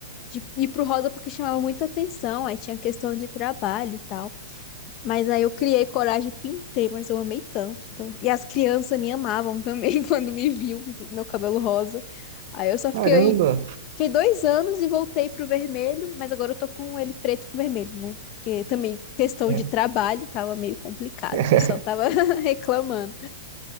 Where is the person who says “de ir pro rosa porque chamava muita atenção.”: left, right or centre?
Left